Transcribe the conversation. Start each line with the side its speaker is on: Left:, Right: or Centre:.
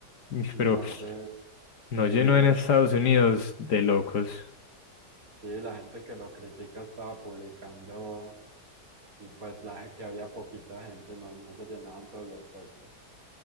Left: mm,
Right: Entonces,
Left: pero No
Right: sí, debe
Left: llenó en Estados
Right: ser. por eso.
Left: Unidos de locos.
Right: Sí, la gente que lo critica estaba publicando, y, pues la que había poquita gente, no, no se llenaban todos los puestos.